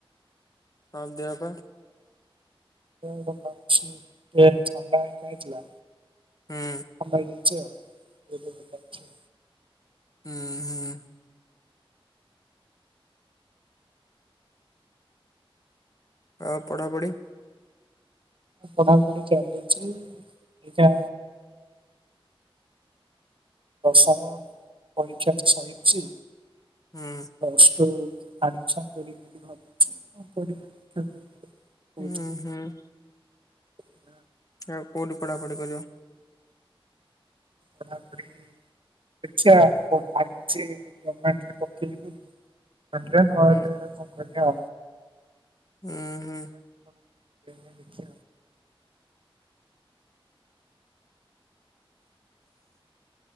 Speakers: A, on the left (about 40°); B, on the right (about 65°).
A: ହଁ ଦେହ ପା।
B: ଦେହ ଭଲ ଅଛି ଏ ଥଣ୍ଡା ହେଇଥିଲା
A: ହୁଁ
B: ମେଡ୍ <unintelligible>
A: ଉଁ ହୁଁ। ଆଉ ପଢ଼ାପଢି।
B: ପଢା ପୁଢ଼ି ଚାଲିଚି ଏଇଟା ଦଶମ ପରୀକ୍ଷା ସରିଛି
A: ହୁଁ
B: ପ୍ଲ ସଟୁ ଆଡମିସନ କରିବି ବୋଲି ଭାବୁଛି <unintelligible> କରିବା <unintelligible> କହୁଛନ୍ତି
A: ହୁଁ ହୁଁ।
B: <inaudible>
A: ଆ କଉଠି ପଢାପଢି କରିବ?
B: ପଢ଼ା ପଢ଼ି ଦେଖିଆ କୋଉ ଭା ବୁଛି ଗମେଣ୍ଟରେ ପକେଇବି ନଲେ ନହେଲେ
A: ହୁଁ
B: କଣ କରିବା।
A: ହୁଁ ହୁଁ
B: <unintelligible>